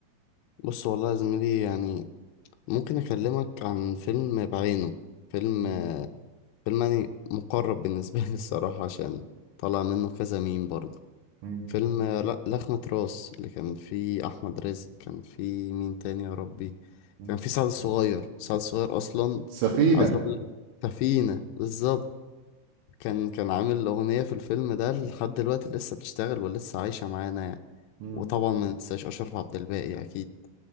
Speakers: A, on the left; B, on the right.
A: بص والله يا زميلي يعني ممكن اكلمك عن فيلم بعينه فيلم
B: مم.
A: فيلم يعني مقرب بالنسبه لي الصراحه عشان طلع منه كذا ميم برضه
B: مم.
A: فيلم لا لخمة راس اللي كان فيه احمد رزق كان فيه مين تاني يا ربي
B: مم.
A: كان فيه سعد الصغير سعد الصغير اصلا
B: سفينة
A: عايز اقول لك سفينه بالظبط كان كان عامل اغنيه في الفيلم ده لحد دلوقتي لسه بتشتغل ولسه عايشه معانا يعني
B: مم.
A: وطبعا ما ننساش اشرف عبد الباقي اكيد